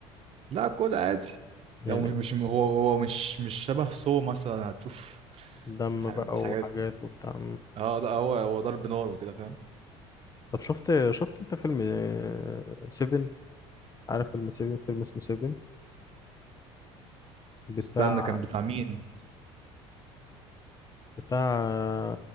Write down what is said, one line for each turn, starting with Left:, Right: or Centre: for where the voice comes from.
Right: لا كل عادي
Left: يعني
Right: هو مش مش- هو هو مش مش شبه سو مثلا هتشوف
Left: دم
Right: الحاجات
Left: بقى وحاجات وبتاع
Right: اه لا هو هو ضرب نار وكده فاهم
Left: طب شفت شفت انت فيلم آه، سيفن عارف فيلم سيفن فيلم اسمه سيفن بتاع
Right: استنى كان بتاع مين
Left: بتاع